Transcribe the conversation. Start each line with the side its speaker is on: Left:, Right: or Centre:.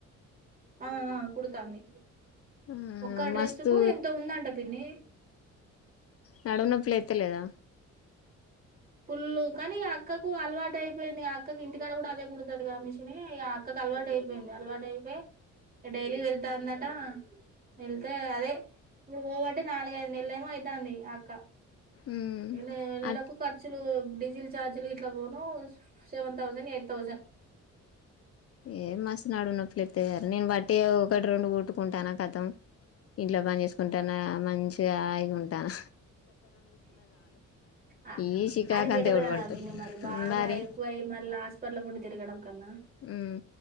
Right: ఆ ఆ కుడుతాంది
Left: ఆ
Right: ఒక్క డ్రెస్సు
Left: మస్తు
Right: కు ఎంతో ఉందంట పిన్ని
Left: నడుము నొప్పి లేత్తలేదా
Right: ఫుల్లు కాని అక్కకు అలవాటు అయిపోయింది ఆ అక్కకి ఇంటికాడ గూడా అదే కుడుతది గా మిషినే ఇగ అక్కకు అలవాటు అయిపోయింది అలవాటు అయిపోయి డైలీ వెళ్తాందట వెళ్తే అదే ఇప్పుడు పోబట్టి నాలుగైదు నెల్లేమో ఐతాంది అక్క
Left: ఉమ్
Right: నే నెలకు
Left: అట్
Right: ఖర్చులు డి సిల్ ఛార్జీల్ ఇట్లా పోను సెవెన్ థౌసండ్ ఎయిట్ థౌసండ్
Left: ఏ మస్తు నడుమునొప్పిలేత్తది గద నేను వట్టిగ ఒకటి రొండు కుట్టుకుంటానా కతం ఇంట్లో పని చేసుకుంటానా మంచిగా హాయిగా ఉంటనా
Right: అ
Left: ఈ చికాకంతా
Right: అది బెటర్
Left: ఎవడు
Right: కదా
Left: పడతడు
Right: పిన్ని మరి బాగా
Left: మరి
Right: ఎక్కువయ్యి మళ్ళ హాస్పిటల్ పొంటి తిరగడం కన్నా
Left: ఉమ్